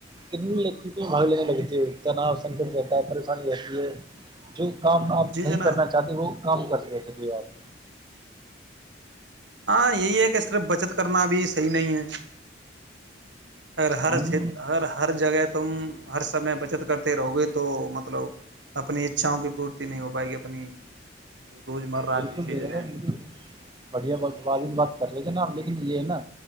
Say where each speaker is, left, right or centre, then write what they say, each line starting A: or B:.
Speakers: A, on the right (about 25°); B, on the right (about 70°).
A: کتنی لیک میں بھگ لینے لگتی ہے اتنا سنکٹ رہتا ہے پریشانی رہتی ہے جو کام آپ
B: جی
A: نہیں
B: جناب
A: کرنا چاہتے وہ کام کر بیٹھے تھے آپ
B: ہاں یہی ہے کہ صرف بچت کرنا بھی صحیح نہیں ہے اگر ہر
A: ہوں
B: چ اگر ہر جگہ تم ہر سمے بچت کرتے رہو گے تو مطلب اپنی اچھاؤں کی پورتی نہیں ہو پائے گ اپنی جو روزمرہ
A: بالکل
B: کی چیزیں
A: بھیا
B: ہیں
A: بالکل بڑھیا واز بات کر لے ج نا لیکن یہ ہے نا